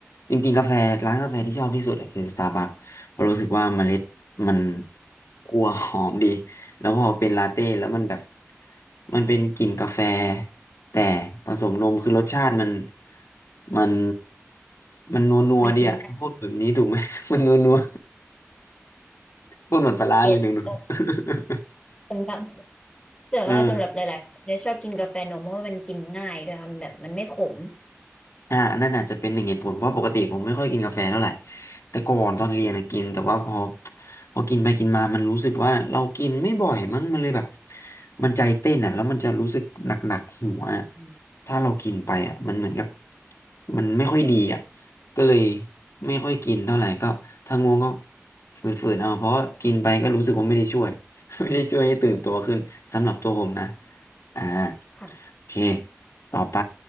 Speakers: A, on the left; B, on the left.
A: จริงๆกาแฟร้านกาแฟที่ชอบที่สุดอะคือสตาร์บัคเพราะรู้สึกว่าเมล็ดมันคั่วหอมดีแล้วพอเป็นลาเต้แล้วมันแบบมันเป็นกลิ่นกาแฟแต่ผสมนมคือรสชาติมันมันมันนัวนัวดีอะพูดแบบนี้ถูกไหม
B: มันกินมัน
A: <laughs> มันนัวนัว พูดเหมือนปลาร้าเลยหนูหนู
B: เก็ต
A: <laughs>
B: สำหรับ แต่ว่าสำหรับหลายๆคนเนี่ยชอบกินกาแฟนมเพราะว่ามันกินง่ายด้วยค่ะมันแบบมันไม่ขม
A: เออ อ่านั่นอาจจะเป็นหนึ่งเหตุผลเพราะปกติผมไม่ค่อยกินกาแฟเท่าไหร่ แต่ก่อนตอนเรียนนะกิน แต่ว่าพอพอกินไปกินมา มันรู้สึกว่าเรากินไม่บ่อยมั้งมันเลยแบบมันใจเต้นอ่ะแล้วมันจะรู้สึกหนักๆหัวอะ
B: อืม
A: ถ้าเรากินไปอ่ะมันเหมือนกับมันไม่ค่อยดีอ่ะก็เลยไม่ค่อยกินเท่าไหร่ก็ถ้าง่วงก็ฝืนๆเอาเพราะว่ากินไปก็รู้สึกว่าไม่ได้ช่วย <laughs> ไม่ได้ช่วยให้ตื่นตัวขึ้นสำหรับตัวผมนะอ่า
B: ค่ะ
A: โอเคต่อไป